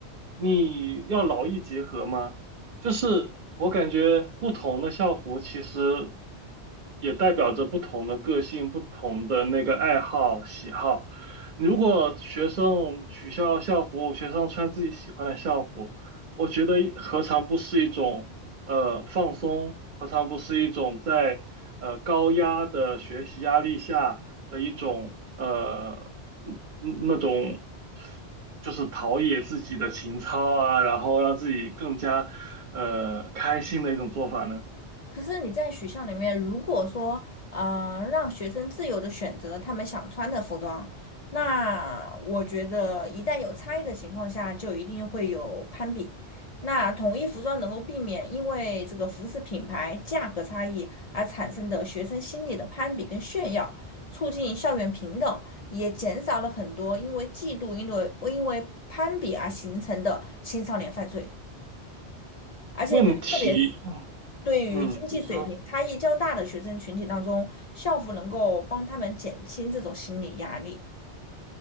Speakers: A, on the right (about 55°); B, on the left (about 50°).
A: 你要劳逸结合吗？就是我感觉不同的校服其实也代表着不同的个性、不同的那个爱好、喜好。如果学生取消校服，学生穿自己喜欢的校服，我觉得何尝不是一种呃放松，何尝不是一种在呃高压的学习压力下的一种呃嗯嗯那种就是陶冶自己的情操啊，然后让自己更加呃开心的一种做法呢？
B: 可是你在学校里面，如果说呃让学生自由的选择他们想穿的服装，那我觉得一旦有差异的情况下，就一定会有攀比。那统一服装能够避免因为这个服饰品牌价格差异而产生的学生心理的攀比跟炫耀，促进校园平等，也减少了很多因为嫉妒、因为因为攀比而形成的青少年犯罪。而且对，
A: 问题，
B: 特别是对于经济水平差异较大的学生群体当中，
A: 嗯，你说。
B: 校服能够帮他们减轻这种心理压力。